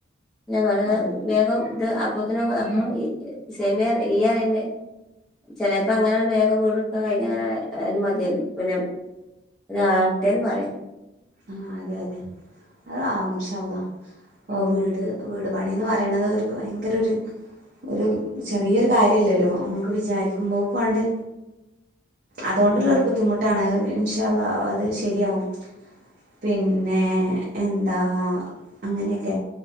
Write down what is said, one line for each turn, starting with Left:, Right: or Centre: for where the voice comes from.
Centre: ല്ല. <unintelligible>
Right: ആഹ്
Centre: വേഗം ഇത് അപ്പോത്തിനൊക്ക അപ്പം ഇ സെമി ഇയ്യ റിണ്ട് ചെലേപ്പം അങ്ങനാണ്ട് വേഗം വീട് ഇട്ക്കാൻ കഴിഞ്ഞങ്ങനെ ആയാലും മതിയ പിന്നെ ല്ല ആകട്ടെ ന്ന് പറയാ.
Right: ആഹ് അതെ അതെ. അതാകും ഇൻഷാ അള്ളാ. ഇപ്പൊ
Centre: ഉം
Right: വീട് വീട് പണീന്ന് പറിണത് ഒരു ഭയങ്കര ഒര് ഒരു ചെറിയൊരു കാര്യല്ലല്ലോ നമ്മുക്ക് വിചാരിക്കുമ്പോക്കു ആണ്ട് അതോണ്ടുള്ള
Centre: ഉം
Right: ബുദ്ധിമുട്ടാണ് അത് ഇൻഷാ അള്ളാ അത് ശരിയാവും. പിന്നെ എന്താ അങ്ങനെയൊക്കെ